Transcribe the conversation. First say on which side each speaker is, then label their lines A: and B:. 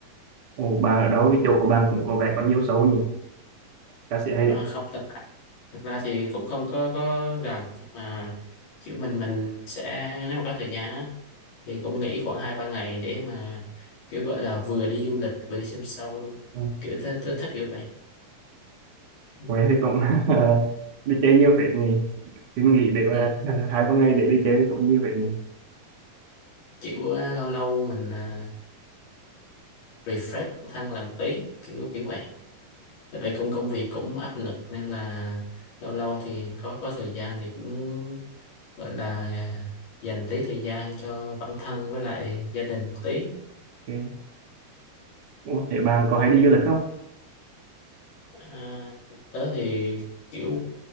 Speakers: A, on the right; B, on the left.
A: Ồ, bạn ở đâu cái chỗ của bạn cũng có vẻ có nhiều show nhỉ ca sĩ hay đấy.
B: à, không thật thực ra thì cũng không có có gần nhưng mà kiểu mình mình sẽ nếu mà có thời gian á thì cũng nghỉ khoảng hai ba ngày để mà kiểu gọi là vừa đi du lịch vừa đi xem show luôn
A: Ừ.
B: kiểu thích, thích, thích kiểu vậy ừ.
A: Huế thì cũng <laughs> đi chơi nhiều phết nhỉ Xin nghỉ để mà
B: Ừ.
A: <laughs> hai ba ngày để đi chơi cũng nhiều phết nhỉ
B: kiểu à, lâu lâu mình à, refresh bản thân làm tí kiểu kiểu vậy tại vì công công việc cũng áp lực nên là lâu lâu thì có có thời gian thì cũng gọi là dành tí thời gian cho bản thân với lại gia đình tí
A: Ok. Ủa, thế bạn có hay đi du lịch không
B: À, tớ thì kiểu